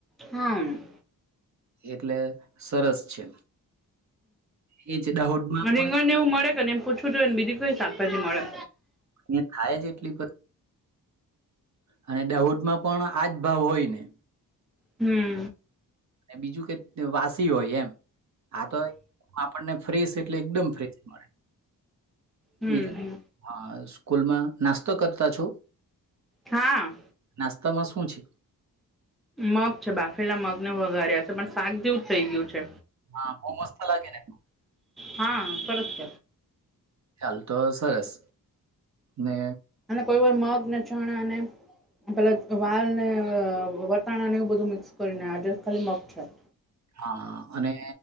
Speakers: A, in the centre; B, on the right (about 50°).
A: હમ.
B: એટલે સરસ છે. એ જ દાહોદમાં પણ
A: રીંગણ ને એવું મળે કે ને એમ પૂછવું હતય ને બીધું કોઈ શાકભાજી મળે.
B: અ થાય જ એટલી અને દાહદ માં પણ આજ ભાવ હોય ને
A: હમ.
B: અને બીજું કે વાસી હોય એમ. આા તો આપણને ફ્રેશ એટલે એકદમ ફ્રેશ મળે,
A: હમ
B: બીજું
A: હમ
B: હા સ્કૂલમાં નાસ્તો કરતા છો?
A: હા...
B: નાસ્તામાં શું છે?
A: મગ છે બાફેલા મગ ને વઘાર્યા છે, પણ શાક જેવું જ થઇ ગયું છે.
B: હા બહુ મસ્ત લાગે ને!
A: હા સર છ.
B: ચ્યાાલ તો સરસ ને
A: અને કોઈ વાર મગને જાણે અને પેલા વાલ ને વટાણાને એવું બધું મિક્સ કરીને આડેસ ખાલી મગ છે.
B: હા અને